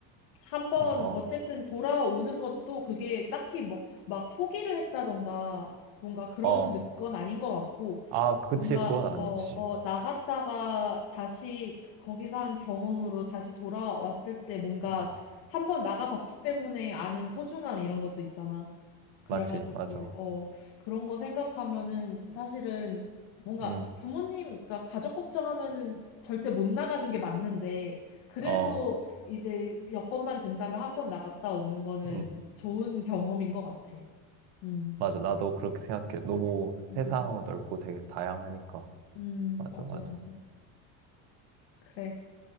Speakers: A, on the left; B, on the right.
A: 한번
B: 어, 어,
A: 어쨌든 돌아오는 것도 그게 딱히 뭐 막 포기를 했다던가 뭔가 그런
B: 어.
A: 건 아닌 것 같고
B: 아, 그치,
A: 뭔가
B: 그건 아니지.
A: 어, 어, 나갔다가 다시 그- 거기서 한 경험으로 다시 돌아왔을 때 뭔가
B: 맞,
A: 한 번 나가봤기 때문에 아는 소중함 이런 것도 있잖아. 그래가지고
B: 맞지, 맞아.
A: 어, 그런 거 생각하면은 사실은 뭔가
B: 음,
A: 부모님, 그 가족 걱정하면은 절대 못 나가는 게 맞는데 그래도
B: 어.
A: 이제 여건만 된다면 한 번 나갔다 오는 거는
B: 음,
A: 좋은 경험인 것 같아. 음,
B: 맞아. 나도 그렇게 생각해. 너무
A: 음,
B: 세상 넓고 되게 다양하니까.
A: 음,
B: 맞아,
A: 맞아,
B: 맞아.
A: 맞아. 그래.